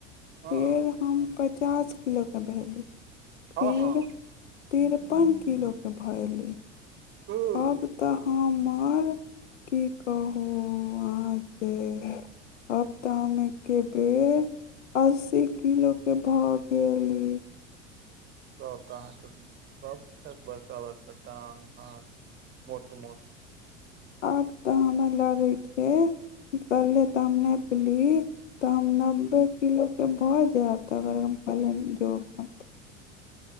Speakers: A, on the right; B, on the left.
A: हँ
B: फेर हम पचास किलो केँ भेली फेर
A: हँ हँ
B: तिरपन किलो क भाय ली
A: ह
B: आब तऽ हमर की कहू अहाँ केँ आब तऽ हम एके बेे अस्सी किलो केँ भऽ गेलिए
A: सभ तऽ अहाँके सभठ बड़का बड़का टाँग हाथ मोट मोट
B: आब तऽ हमर लड़ैके निकलले तऽ हम ने पली <unintelligible> तऽ हम नब्बे किलोकेँ भऽ जायत अगर हम पले जोब